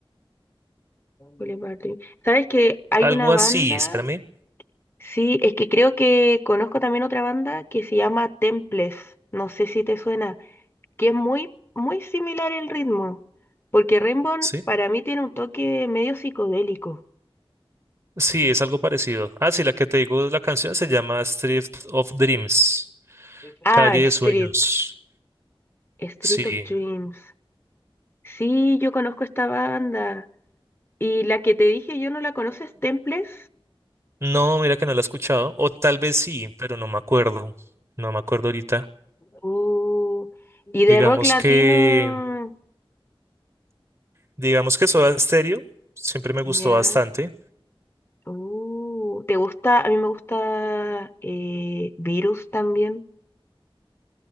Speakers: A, on the left; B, on the right.
A: Bullet Park Dream. ¿Sabes que hay
B: Algo
A: una banda?
B: así, espérame.
A: Sí, es que creo que conozco también otra banda que se llama Temples, no sé si te suena, que es muy, muy similar el ritmo, porque Rainbow
B: Sí,
A: para mí tiene un toque medio psicodélico.
B: sí, es algo parecido. Ah, sí, la que te digo, la canción se llama Street of Dreams,
A: Ah,
B: Calle
A: Street,
B: de Sueños.
A: Street
B: Sí.
A: of Dreams. Sí, yo conozco esta banda. Y la que te dije yo no la conoces, Temples.
B: No, mira que no la he escuchado. O tal vez sí, pero no me acuerdo. No me acuerdo ahorita.
A: Uh, y de
B: Digamos
A: rock latino,
B: que, digamos que Soda Stereo siempre me gustó
A: ya.
B: bastante.
A: Uh, ¿te gusta? A mí me gusta eh, Virus también.